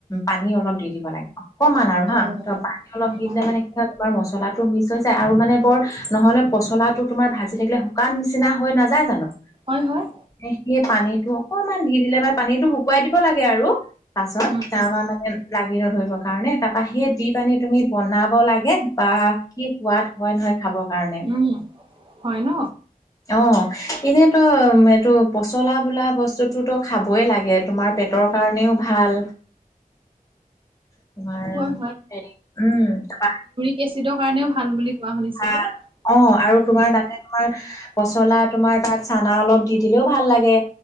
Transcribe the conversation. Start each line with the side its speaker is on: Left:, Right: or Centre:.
Left: পানী অলপ দি দিব লাগে। অকমান আৰু হা
Right: অ'। উম,
Left: ত' পানী অলপ দি
Right: উম,
Left: দিলে মানে তোমাৰ মচলাটো মিছ হৈ যায় আৰু মানে বৰ নহ'লে পচলাটো তোমাৰ ভাজি থাকিলে শুকান নিচিনা হৈ নাযায় জানো।
Right: হয়, হয়।
Left: এ সেই পানীতটো অকনমান দি দিলে মানে, পানীটো শুকুৱাই দিব লাগে আৰু। পাছত
Right: উম,
Left: তাৰ
Right: উম,
Left: পৰা মানে লাগি নধৰিব কাৰণে তাৰাপা সেই দি পানী তুমি বনাব লাগে বা কি সোৱাদ হয় নহয় খাবৰ কাৰণে
Right: উম। হয় ন
Left: অ', এনেই তো উ এইটো পচলা বোলা বস্তু বস্তুতো খাবই লাগে তোমাৰ পেটৰ কাৰণেও ভাল। তোমাৰ
Right: হয়,
Left: হে উম তোমাৰ
Right: কেচিডৰ কাৰণেও ভাল বুলি কোৱা শুনিছিলোঁ।
Left: ভাল অ', আৰু
Right: উম,
Left: তোমাৰ তাতে তোমাৰ পচলা তোমাৰ তাত চানা অলপ দি দিলেও ভাল লাগে